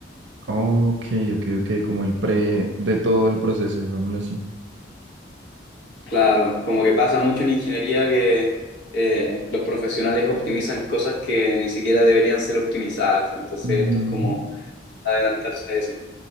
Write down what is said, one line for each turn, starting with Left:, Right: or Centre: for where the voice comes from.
Right: Ok, ok, ok, como el pre de todo el proceso, digámoslo así.
Left: Claro, como que pasa mucho en ingeniería que eh, los profesionales optimizan cosas que ni siquiera deberían ser optimizadas, entonces
Right: Ujú.
Left: esto es como adelantarse a eso.